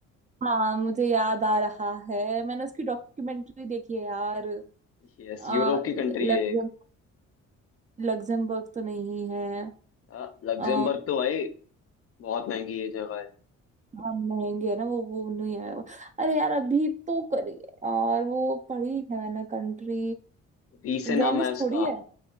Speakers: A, on the right (about 25°); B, on the left (about 50°).
A: हाँ मुझे याद आ रहा है मैंने उसकी डॉक्यूमेंट्री देखी है यार
B: यस
A: अ,
B: यूरोप की कंट्री
A: लग्जम
B: है एक
A: लग्जमबर्ग तो नहीं है
B: आ, लग्जमबर्ग
A: आ,
B: तो भाई बहुत महंगी ये जगह है
A: हाँ महंगे है ना वो वो नहीं है अरे यार अभी तो करी है यार वो पढ़ी है मैंने कंट्री
B: बी से नाम
A: वेनिस
B: है उसका
A: थोड़ी है